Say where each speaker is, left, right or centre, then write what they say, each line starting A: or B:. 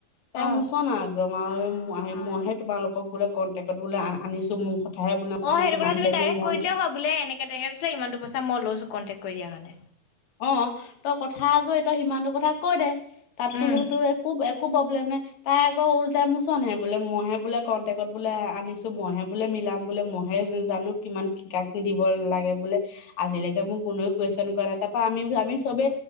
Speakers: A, on the left (about 50°); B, on the left (about 70°).
A: তাইৰ
B: অ',
A: মোচন আৰু। <unintelligible> মইহে-মইহে, তোমালোকক বোলে, কণ্টেক্টত বোলে, আনিছোঁ। <unintelligible> <unintelligible> বোলে,
B: অ',
A: মই
B: সেইটো
A: কিমানকে
B: কথা তুমি ডাইৰেক্ট
A: দিওঁ মই।
B: কৈ দিলেই হয় বোলে, এনেকে-তেনেকে দিছিলে, ইমানটো পইচা মই লৈছোঁ, কন্টেক্ট কৰি দিয়াৰ কাৰণে।
A: অ'! তই, কথা <unintelligible> তই সিমানটো কথা কৈ দে তাত তোলগতো
B: উম,
A: একো একো প্ৰব্লেম নাই। তাই আকৌ উলটাই মুচনহে বোলে মইহে বোলে কণ্টেক্টত বোলে আনিছো মইহে বোলে মিলাম বোলে মই সে জানো কিমান শিকা দিব লাগে বোলে আজিলৈকে মোক কোনুৱে কুৱেশ্যন কৰা এটা আমি আমি চবে